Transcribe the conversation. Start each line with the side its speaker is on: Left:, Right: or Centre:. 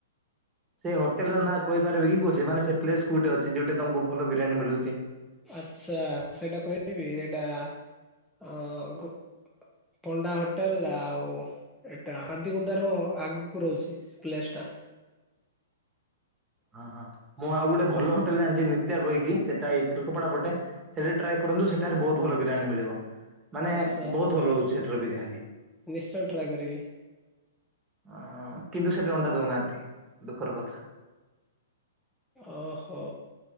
Right: ସେ ହୋଟେଲ୍ ର ନାଁ କହିପାରିବେ କି କହୁଛି ମାନେ ସେ ପ୍ଲେସ୍ କୁଟେ ଅଛି ଯୋଉଟେ ତମକୁ ଭଲ ବିରିୟାନୀ ମିଳୁଚି।
Centre: ଆଚ୍ଛା ସେଇଟା କହିବି ସେଇଟା ଅଁ ପଣ୍ଡା ହୋଟେଲ୍ ଆଉ ଏଟା ମାଦିକୁନ୍ଦା ର ଆଗକୁ ରହୁଛି ପ୍ଲେସ୍ ଟା,
Right: ହ ହଁ ମୁଁ ଆଉ ଗୋଟେ ଭଲ ହୋଟେଲ୍ ଯାଣିଛି ନିତ୍ୟା କହିକି ସେଇଟା ଏଇ ଢିଲ୍ମପଡା ପଟେ, ସେଠି ଟ୍ରାଏ କରନ୍ତୁ ସେଠାରେ ବହୁତ୍ ଭଲ ବିରିୟାନୀ ମିଳିବ ମାନେ
Centre: ଆଚ୍ଛା
Right: ବହୁତ ଭଲ ହଉଛି ସେଠାର ବିରିୟାନୀ
Centre: ନିଶ୍ଚୟ ଟ୍ରାଏ କରିବି।
Right: ଅ କିନ୍ତୁ ସେଠେ ଅଣ୍ଡା ଦଉନାହାନ୍ତି ଦୁଃଖର କଥା,
Centre: ଓହୋ